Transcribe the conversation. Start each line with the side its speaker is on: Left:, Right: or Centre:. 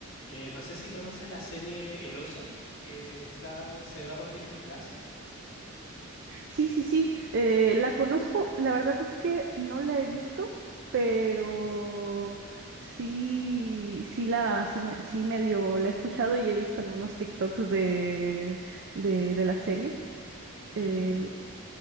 Left: Eh, no sé si conoces la serie El Oso, que está, se da por Disney Plus.
Right: Sí, sí, sí, eh, la conozco, la verdad es que no la he visto, pero sí, sí la, sí me, sí medio la he escuchado y he visto algunos TikToks de, de, de la serie.
Left: <clears throat>
Right: eh,